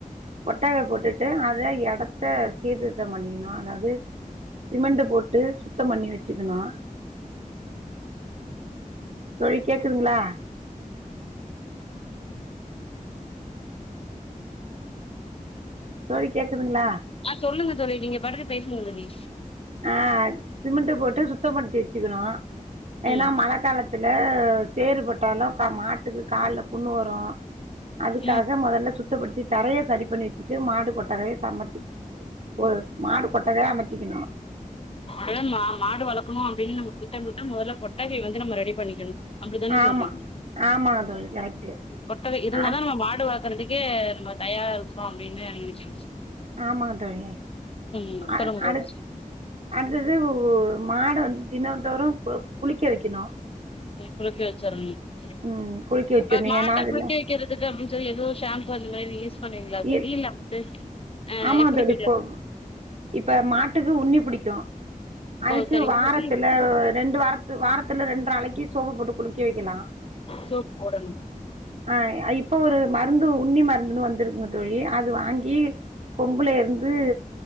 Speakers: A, on the right; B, on the left.
A: கொட்டகை போட்டுட்டு அத எடத்த சீர்திருதோ பண்ணிக்கணு அதாவுது சிமெண்ட்ட போட்டு சுத்தம் பண்ணி வச்சுக்கணு தோழி கேக்குதுங்களா தோழி கேக்குதுங்களா
B: ஆ சொல்லுங்க தோழி நீங்க பாடுகு பேசுங்க தொழி
A: ஆ சிமெண்ட்ட் போட்டு சுத்தம் படுத்தி வச்சுக்கணு ஏன்னா
B: ம்
A: மழ காலத் த்துல சேறுபட்டாலு கா மாட்டுக்கு கால்ல புண்ணு வரு அதுக்காக
B: ம்
A: மொதல்ல சுத்தப்படுத்தி தரைய சரி பண்ணி வச்சுட்டு மாடு கொட்டகைய சமத்து ஒரு மாடு கொட்டகய அமத்திக்கணு
B: அதன் மா மாடு வளக்கணு அப்டின் நம்மதிட்டபோட்டா மொதல்ல கொட்டகை வந்து நம்ம ரெடி பண்ணிக்கணு அப்டிதான
A: ஆமா
B: சொல்றீங்க
A: ஆமாங்க தோழி கரெக்ட்டு
B: கொட்டகை இருந்தாதா
A: அட்
B: நம்ம வாடுவ பாறதுக்கே நம்ம தயாரா இருக்குறோ அப்டின்னு நெனச்ச
A: ஆமாங் தோழி
B: ம்
A: அ
B: சொல்லுங்க தோழி
A: அடுத் அடுத்தது மாட வந்து தினோந்தோரு குளிக்க வைக்கணு
B: குளிக்கி வச்சுரனு இப்ப
A: ம் குளிக்க வச்சிர்ணு
B: அதுக் மாட்ட
A: ஏன்னா அதுல
B: குளிக்க வைக்கிறது துக்கு அப்டின் சொல்லி ஏது ஷேம்பு அந்த மாத்ரி ஈஸ் பன்னீங்களா தொழி
A: ஈர்
B: இல்ல வந்து அ
A: ஆமா
B: எப்டி
A: தோழி
B: தொழி
A: இப்போ
B: அது
A: இப்ப மாட்டுக்கு உண்ணி பிடிக்கு அதுக்கு
B: ஓ சரிங்க
A: வாரத்துல ரெண்டு வாரத் வாரத்துல ரெண்டு நாளைக்கி சோப்பு போட்டு குலிக்கே வைக்கலா
B: சோப் போடனு
A: ஆ இப்போ ஒரு மருந்து உன்னி மருந்துனு வந்துருக் தொழி அது வாங்கி கொம்புலே ருந்து